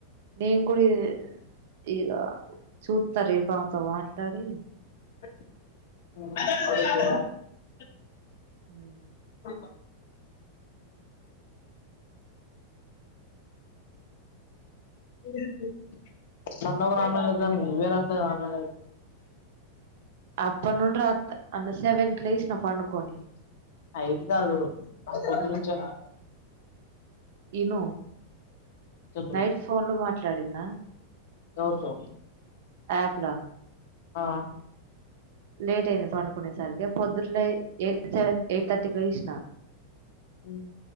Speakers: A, on the right; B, on the left.
A: నేన్ గుడ ఇ ఇగ చూత్త రేపు ఆమెతో మాట్లాడి
B: <unintelligible>
A: మ్
B: కుల్ఫా <inaudible> నన్నవ రాన్ అనటానికి నువ్వే రావట్లే అనలేవ్
A: అప్పట్ నుండి రాత్ అంటే సెవెన్కి లేసిన పండుకొని
B: అయితే గాదు పొద్దునుంచే
A: ఆ
B: నా
A: ఇను
B: చెప్పు
A: నైట్ ఫోన్లో మాట్లాడిందా
B: ఎవర్తో
A: యాప్ల
B: ఆ
A: లేట్ అయింది పండుకునే సరికే పొద్దులే ఎయి సెవెన్ ఎయిట్ థర్టీకి లేసిన
B: మ్